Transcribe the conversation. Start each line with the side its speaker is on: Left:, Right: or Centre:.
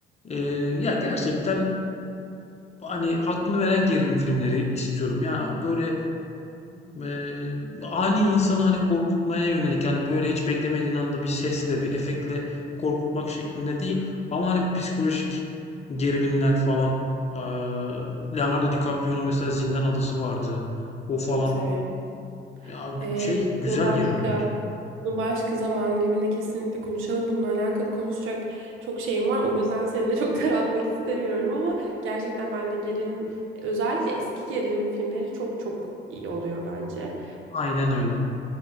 Left: e, ya gerçekten hani hakkını veren gerilim filmleri istiyorum. Ya böyle Eee, ani insanı hani korkutmaya yönelik yani böyle hiç beklemediğin anda bir sesle bir efektle korkutmak şeklinde değil ama hani psikolojik gerilimler falan eee, Leonardo DiCaprio'nun mesela Zindan Adası vardı o falan
Right: Çok severim.
Left: ya
Right: Ee,
Left: şey güzel
Right: bunu başka
Left: gerilimler
Right: bunu başka zaman diliminde kesinlikle konuşalım. Bununla alakalı konuşacak çok şeyim var. O yüzden seni de çok <laughs> daraltmak istemiyorum ama gerçekten ben de gerilim özellikle eski gerilim filmleri çok çok iyi oluyor bence.
Left: aynen öyle